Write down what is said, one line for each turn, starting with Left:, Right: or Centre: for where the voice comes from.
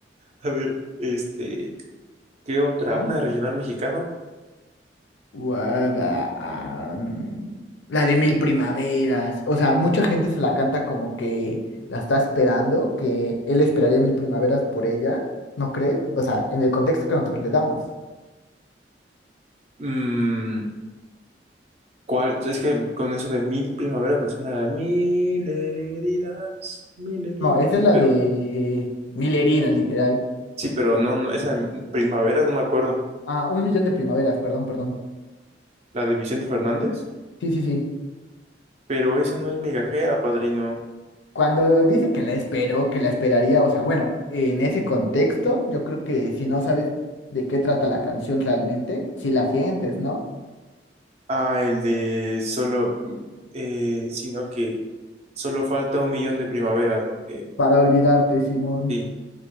Right: A ver, este, ¿qué otra?
Left: Ajá.
Right: ¿Una regional mexicano?
Left: Guada- ah, mm, La de Mil Primaveras. O sea, mucha gente se la canta como que la está esperando, que él esperaría mil primaveras por ella, ¿no crees? O sea, en el contexto que nosotros le damos.
Right: Mm, ¿cuál? Es que con eso de mil primaveras me suena la mil heridas, mil heridas,
Left: No, esa es la
Right: pero
Left: de Mil heridas, literal.
Right: sí, pero no, no, esa primavera no me acuerdo,
Left: Ah, un millón de primaveras, perdón, perdón.
Right: la de Vicente Fernández,
Left: Sí, sí, sí.
Right: pero esa no es migajera, padrino.
Left: Cuando dice que la esperó, que la esperaría, o sea, bueno, en ese contexto, yo creo que si no sabes de qué trata la canción realmente, si la sientes, ¿no?
Right: Ah, el de solo, mm, eh, sino que solo falta un millón de primaveras, ¿no? Eh,
Left: Para olvidarte, Simón.
Right: sí,